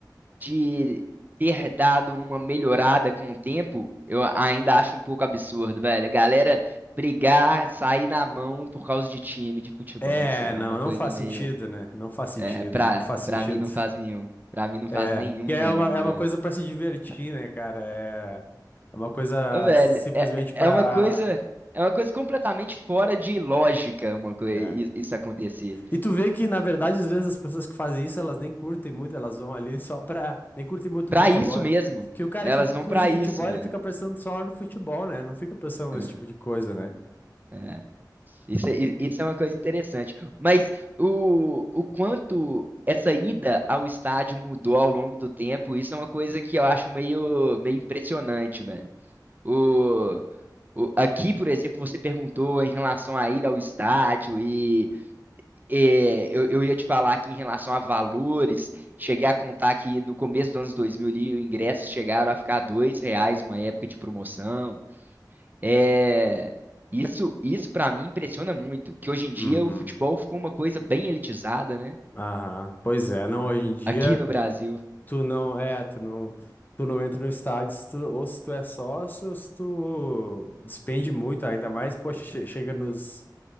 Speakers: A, on the right (about 25°); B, on the left (about 25°).
A: de ter dado uma melhorada com o tempo, eu ainda acho um pouco absurdo, velho. A galera brigar, sair na mão por causa de time de futebol.
B: É,
A: Isso aí é
B: não,
A: uma coisa
B: não faz
A: meio.
B: sentido, né? Não faz sentido,
A: É, pra,
B: não faz sentido.
A: pra mim não faz nenhum. Pra mim não
B: É,
A: faz nenhum,
B: e aí
A: nenhum,
B: é uma, é uma
A: velho.
B: coisa pra se divertir, né, cara? É, é uma coisa
A: Ô, velho,
B: simplesmente
A: é, é
B: pra.
A: uma coisa. É uma coisa completamente fora de lógica, uma coisa,
B: É.
A: isso acontecer.
B: E tu vê que, na verdade, às vezes as pessoas que fazem isso, elas nem curtem muito, elas vão ali só pra. Nem curtem muito
A: Pra
B: o futebol.
A: isso mesmo.
B: Que o cara
A: Elas
B: que
A: vão
B: curte
A: pra
B: o futebol,
A: isso, velho.
B: ele fica pensando só no futebol, né? Não fica pensando
A: É.
B: nesse tipo de coisa, né?
A: É, isso, é i- isso é uma coisa interessante. Mas o, o quanto essa ida ao estádio mudou ao longo do tempo, isso é uma coisa que eu acho meio, meio impressionante, mano. O, o- aqui, por exemplo, você perguntou em relação à ida ao estádio e, é, eu, eu ia te falar aqui em relação a valores. Cheguei a contar que no começo dos anos 2000 ali, os ingressos chegaram a ficar dois reais uma época de promoção. É, isso, isso para mim impressiona muito, que hoje em dia
B: Uhum.
A: o futebol ficou uma coisa bem elitizada, né?
B: Aham, pois é, não, hoje em dia
A: Aqui no Brasil.
B: tu não é, tu não, tu não entra no estádio se tu, ou se tu é sócio ou se tu despende muito, ainda mais, poxa, che- chega nos,